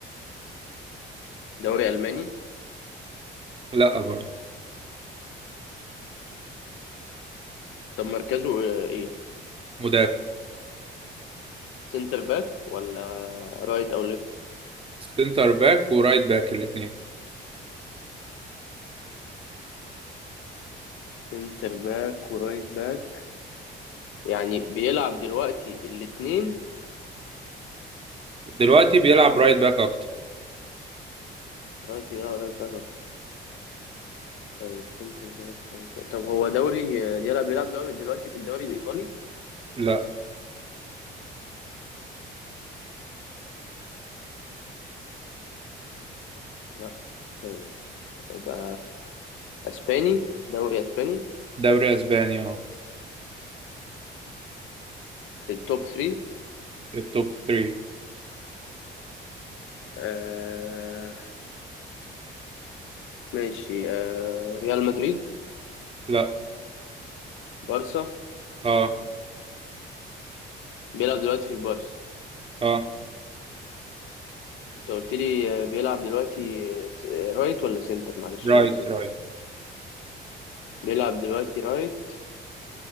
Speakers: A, on the left; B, on the right.
A: دوري ألماني
B: لا برضه
A: طب مركزه آه، إيه
B: مدافع
A: سنتر باك ولا رايت أو ليفت
B: سنتر باك ورايت باك الاثنين
A: سنتر باك ورايت باك يعني بيلعب دلوقتي الاتنين
B: دلوقتي بيلعب رايت باك اكتر
A: رايت يا رايت باك أكتر. طيب سنتر باك رايت باك طب هو دوري آه، بيلعب بيلعب دوري دلوقتي في الدوري الإيطالي
B: لا
A: لا طيب يبقى اسباني دوري اسباني
B: دوري اسباني اه
A: في التوب 3
B: التوب 3
A: آه ماشي آه ريال مدريد
B: لا
A: بارسا
B: اه
A: بيلعب دلوقتي في البارسا
B: اه
A: انت قلت لي آه، بيلعب دلوقتي آه، رايت ولا سنتر معلش
B: رايت
A: نسيت
B: رايت
A: بيلعب دلوقتي رايت